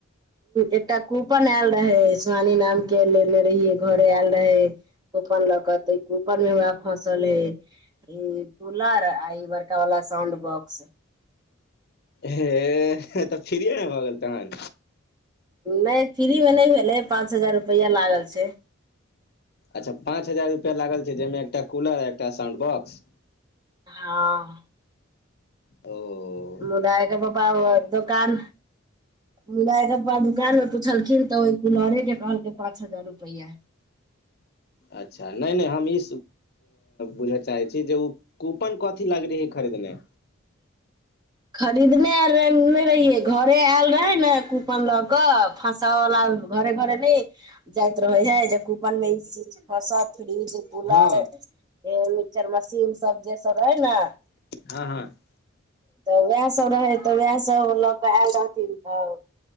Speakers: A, on the right; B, on the left.
A: एकटा कूपन आयल रहे सुहानी नाम के लेने रहिय घरे आयल रहे कूपन लऽ क तऽ कूपन मे हमरा फसल हे ई कूलर आ ई बड़का वाला साउंड बॉक्स
B: हे त फिरिय में भाय गेल तहन
A: नहि फ्रीमे नहि भेलै पाँच हजार रुपैया लागल छै
B: अच्छा पाँच हजार रुपआ लागल छै जाहिमे एकटा कूलर एकटा साउंड बॉ्स
A: हँ
B: तऽ
A: मुदायकख‌ पापा ओ दोकान मुदा जखन पा‌ दुकान मे पुछलखिन तऽ ओहि कुलहरे के कहलकै पाँच हजार रुपैआ
B: अच्छा नहि नहि हम ई बुझय चाहै छी जे ओ कूपन कथी लागली है खरीदने
A: खरीदने आर नय रहियै घरे आयल रहे ने कूपन लऽ कऽ फसे बला घर घर ने जाइत रहै ह जे कूपन में इ चीज हसत फ्रिज कूलर
B: हँ
A: मिक्सचर मशीन सब जे सब रहे ने
B: हँ हँ
A: त उएह सभ रहै त उएह सभ ल क आयल रहथिन त